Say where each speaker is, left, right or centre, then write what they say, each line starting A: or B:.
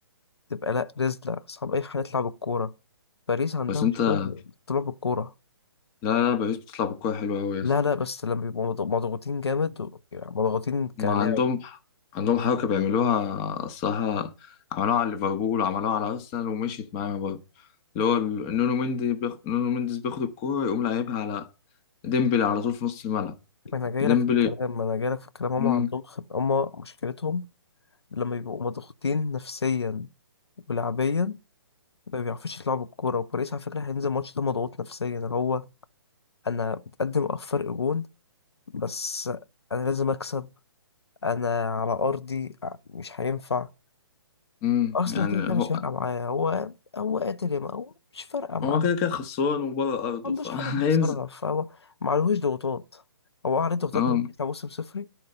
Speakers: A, on the left (about 85°); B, on the left (about 25°).
A: تبقى لأ رزلة صعب أي حد يطلع بالكورة باريس عندها
B: بس انت
A: مشكلة بالطلوع بالكورة
B: لا لا باريس بتطلع بكورة حلوة أوي يا
A: لا
B: اسطى
A: لا بس لما بيبقوا مضغ- مضغوطين جامد و- يعني مضغوطين كلاعب
B: ما عندهم عندهم حركة بيعملوها الصراحة عملوها على ليفربول وعملوها على أرسنال ومشيت معاها برضه اللي هو ال- نونو مندي بيخ... نونو مندي بياخد الكورة يقوم لاعبها على ديمبلي على طول في نص الملعب
A: ما أنا جايلك
B: ديمبلي
A: في الكلام ما أنا جايلك في الكلام هما
B: مم.
A: عندهم خب... هما مشكلتهم لما بيبقوا مضغوطين نفسيا ولعبيا ما بيعرفوش يلعبوا الكورة وباريس على فكرة هينزل الماتش ده مضغوط نفسيا اللي هو أنا متقدم فرق جون بس أنا لازم أكسب انا على ارضي مش هينفع
B: مم.
A: اصلا
B: يعني
A: كده كده
B: هو
A: مش فارقه معايا هو هو قاتل يا ما هو مش فارقه معاه
B: هو
A: ما
B: كده كده خسران وبره أرضه
A: عندوش
B: فهينزل
A: حاجه تخسرها فهو ما عليهوش ضغوطات هو عليه ضغوطات
B: <laughs> اه
A: إن هو يطلع موسم صفري